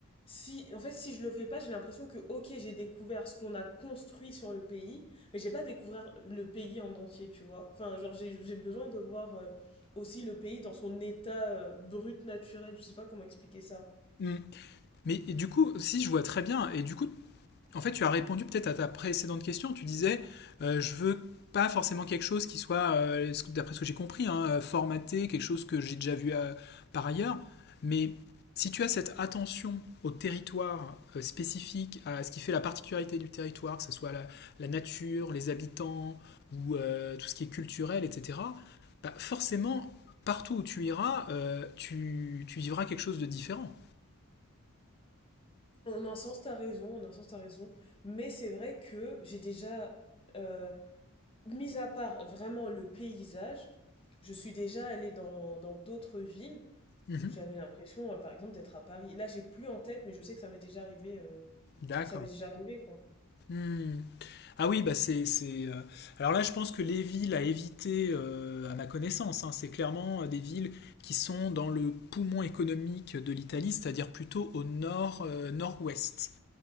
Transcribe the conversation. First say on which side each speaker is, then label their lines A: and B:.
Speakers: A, on the left; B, on the left.
A: si, en fait, si je le fais pas, j'ai l'impression que, ok, j'ai découvert ce qu'on a construit sur le pays, mais j'ai pas découvert le pays en entier, tu vois. Enfin, genre, j'ai, j'ai besoin de voir euh, aussi le pays dans son état euh, brut naturel, je sais pas comment expliquer ça.
B: Hmm. Mais et du coup, si je vois très bien, et du coup, En fait, tu as répondu peut-être à ta précédente question. Tu disais, euh, je veux pas forcément quelque chose qui soit, euh, ce- d'après ce que j'ai compris, hein, euh, formaté, quelque chose que j'ai déjà vu euh, par ailleurs. Mais si tu as cette attention au territoire euh, spécifique, à ce qui fait la particularité du territoire, que ce soit la, la nature, les habitants ou euh, tout ce qui est culturel, etc., bah, forcément, partout où tu iras, euh, tu, tu vivras quelque chose de différent.
A: En un sens, t'as raison, en un sens, t'as raison, mais c'est vrai que j'ai déjà. euh, Mis à part vraiment le paysage, je suis déjà allée dans dans d'autres villes
B: Mhm.
A: où j'avais l'impression, heu, par exemple, d'être à Paris. Là, j'ai plus en tête, mais je sais que ça m'est déjà arrivé, heu,
B: D'accord.
A: ça m'est déjà Ouais. arrivé, quoi.
B: Hmm. Ah oui, bah c'est, c'est, euh, Alors là, je pense que les villes à éviter, euh, à ma connaissance, hein, c'est clairement euh, des villes qui sont dans le poumon économique de l'Italie, c'est-à-dire plutôt au nord, euh, nord-ouest.